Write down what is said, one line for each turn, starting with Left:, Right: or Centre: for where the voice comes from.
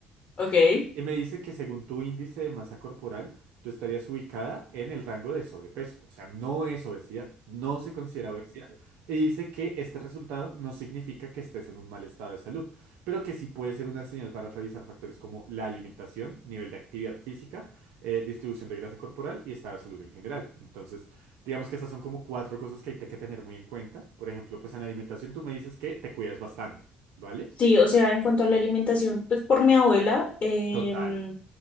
Left: Ok.
Right: Y me dice que según tu índice de masa corporal, tú estarías ubicada en el rango de sobrepeso. O sea, no es obesidad, no se considera obesidad. Y dice que este resultado no significa que estés en un mal estado de salud, pero que sí puede ser una señal para revisar factores como la alimentación, nivel de actividad física, eh, distribución de grasa corporal y estado de salud en general. Entonces, digamos que esas son como cuatro cosas que hay que tener muy en cuenta. Por ejemplo, pues en alimentación tú me dices que te cuidas bastante, ¿vale?
Left: Sí, o sea, en cuanto a la alimentación, pues por mi abuela, em,
Right: Total.